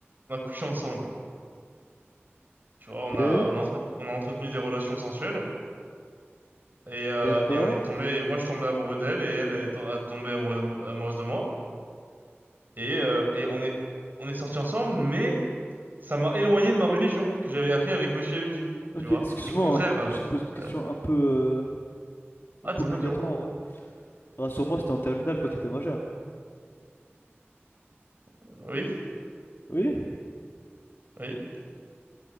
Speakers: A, on the right; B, on the left.
A: on a couché ensemble. Tu vois,
B: ok.
A: on a, on a, entre- on a entretenu des relations sensuelles et, euh,
B: D'accord.
A: et on est tombé. Et moi, je tombais amoureux d'elle et elle, elle est to- a tombé amoureux de mo- amoureuse de moi. Et, euh, et on est, on est sortis ensemble, mais ça m'a éloigné de ma religion que j'avais appris avec Monsieur MJ.
B: Ok,
A: Tu vois,
B: excuse-moi,
A: c'est contraire.
B: hein,
A: euh,
B: je te pose une question
A: euh,
B: un peu, euh, un
A: Ah,
B: peu
A: dis-moi,
B: obligatoire
A: dis-moi.
B: en vrai. Rassure-moi, c'était en terminale quand t'étais majeur.
A: Oui,
B: Oui?
A: oui.